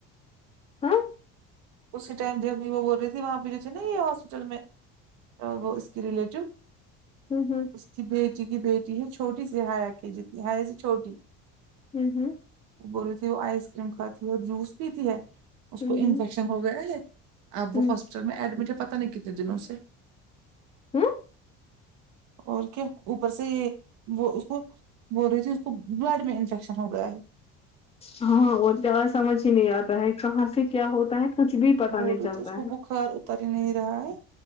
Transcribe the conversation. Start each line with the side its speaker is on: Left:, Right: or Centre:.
Left: ہاں
Right: اسی ٹائم جب بھی وہ بول رہی تھی وہاں پہ جو تھے نہ یہ ہاسپٹل میں اور وہ اس کی ریلیٹو
Left: ہم ہم
Right: اس کی بیٹی کی بیٹی ہے چھوٹی سے ہایا کی جتی ہایا سے چھوٹی
Left: ہم ہم
Right: بولی تھی وہ آئس کریم کھاتی ہے اور جوس پیتی ہے اس
Left: ہوں
Right: کو
Left: ہوں
Right: فیشن ہو گیا ہے اب
Left: ہوں
Right: وہ ہاسپٹل میں ایڈمٹ ہے پتہ نہیں کتنے دنوں سے
Left: ہم
Right: اور کیا اوپر سے یہ وہ اس کو بول رہی تھی اس کو بلڈ میں انفیکشن ہو گیا ہے
Left: ہاں وہ زیادہ سمجھ ہی نہیں آتا ہے کہاں سے کیا ہوتا ہے کچھ بھی پتا
Right: بول
Left: نہیں
Right: رہے
Left: چلتا
Right: تھے اس کو
Left: ہے
Right: بخار اتر ہی نہیں رہا ہے